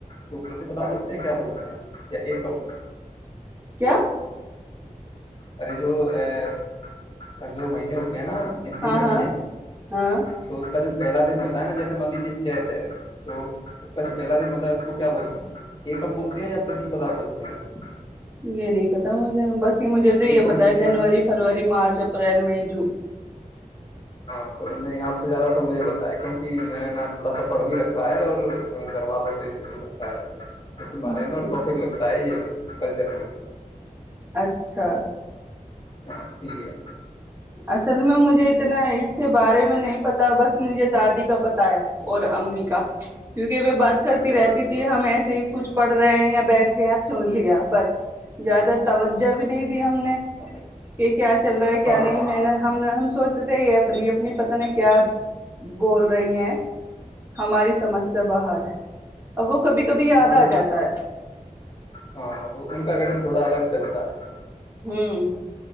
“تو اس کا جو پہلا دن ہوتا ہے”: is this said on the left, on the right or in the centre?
Left